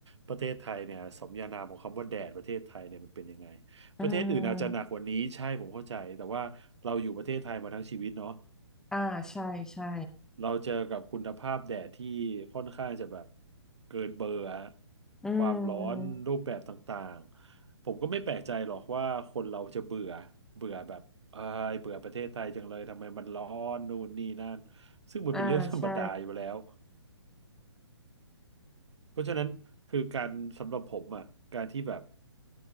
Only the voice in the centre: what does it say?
อืม
อ่าใช่ใช่
อื
ม
อ่าใช่